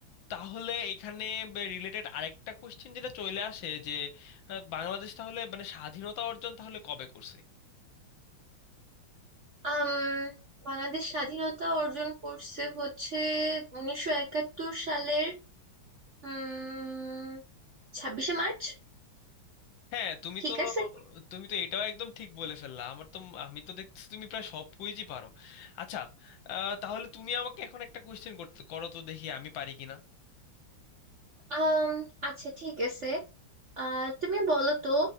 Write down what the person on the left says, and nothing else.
তাহলে এখানে রিলেটেড আরেকটা কোশ্চেন যেটা চলে আসে যে আহ, বাংলাদেশ তাহলে মানে স্বাধীনতা অর্জন তাহলে কবে করছে
হ্যাঁ তুমি
তো
তুমি তো এটাও একদম ঠিক বলে ফেললা আমার তো আমি তো দেখতেছি তুমি প্রায় সব কুইজই পারো আচ্ছা আহ, তাহলে তুমি আমাকে এখন একটা কোয়েশ্চেন করতে করো তো দেখি আমি পারি কিনা